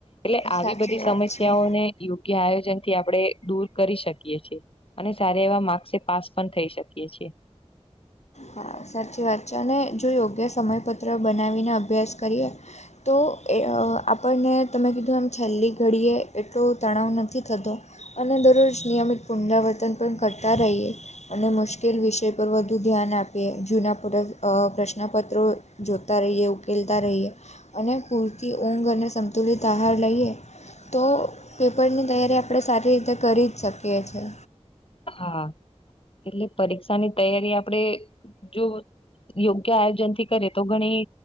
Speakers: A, on the left; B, on the left.
A: એટલે આવી
B: સાચી
A: બધી
B: વાત
A: સમસ્યાઓ
B: છે.
A: ને. યોગ્ય આયોજન થી આપણેે દૂર કરી શકીએ છએ અને સારા એવા માર્ક્સે પાસ પણ થઈ શકે. કી છે.
B: હા સાચી વાત છે અને જો યોગ્ય સમયપત્ર બનાવીને અભ્યાસ કરીએ. તો એ આપણને તમે કીધું એમ છેલ્લી ઘડીએ એટલો તણાવ નથી થતો. અને દરરોજ નિયમિત પુનરાવર્તન પણ કરતા રહીએ અને મુશ્કેલ વિષય પર વધુ ધ્યાન આપે. આપ જૂના પૂર પ્રશ્નપત્રો જોતા રહીએ ઉકેલતા રહીએ. અને પૂરતી ઊંઘ અને સંતુલિત આહાર લઈએ. તો પેપરની તૈયારી આપણે સારી રીતે કરી જ શકીએ છીએ.
A: હા એટલે પરીક્ષાની તૈયારી આપડે જો યોગ્ય આયોજન થી કરે તો ઘણી